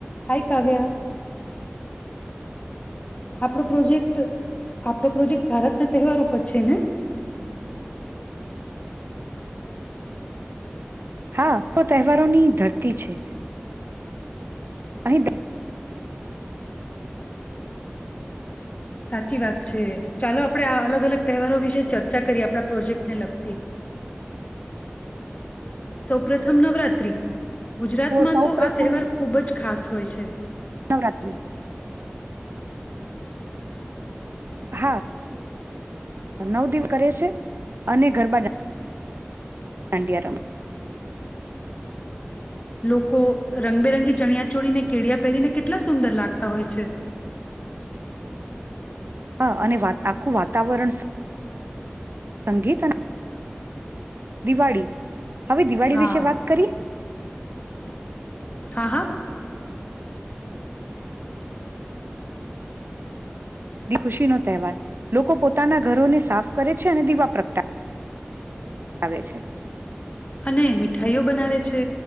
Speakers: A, on the left (about 35°); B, on the right (about 60°).
A: હાય, કાવ્યા. આપ પ્રોજેક્ટ આપ પ્રોજેક્ટ ભારતના તહેવારો પર છે ને?
B: હા તો તહેવારોની ધરતી છે. અહી દે.
A: સાચી વાત છે, ચાલો આપણે આ અલગ અલગ તહેવારો વિશે ચર્ચા કરીએ આપણા પ્રોજેક્ટને લગતી. સૌપથમ નવરાત્રી. ગુજરાતમાં
B: સૌ
A: તો
B: પ્રથમ
A: આ તહેવાર ખૂબ જ ખાસ હોય છે.
B: નવરાત્રી હા, નવ દિવ કરે છે અને ગરબા ગાય. દાંડીયા રમે.
A: લોકો રંગબેરંગી ચણિયા ચોળને કેળિયા પહેરીને કેટલા સુંદર લાગતા હોય છે!
B: હા અને વા આખું વાતાવરણ. સંગીત અને. દિવાળી. હવે દિવાળી
A: હા
B: વિશે વાત કરીએ
A: હા હા
B: દી ખુશીનો તહેવાર લોકો પોતાના ઘરોને સાફ કરે છે અને દીવા પ્રગટાવાવે છે
A: અને મીઠાઈઓ બનાવે છે